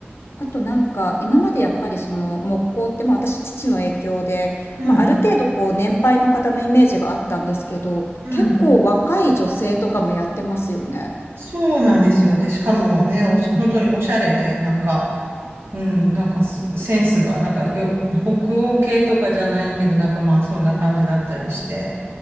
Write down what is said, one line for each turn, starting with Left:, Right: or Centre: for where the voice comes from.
Left: あとなんか、今までやっぱりその木工って、まあ、私父の影響で、
Right: うん、
Left: まあ、ある程度こう年配の方のイメージがあったんですけど、
Right: うん。
Left: 結構若い女性とかもやってますよね。
Right: そうなんですよ。で、しかもね、おし本当におしゃれで、なんか、うん、なんかすセンスが、なんかよ、北欧系とかじゃないけど、なんかまあそんな感じだったりして。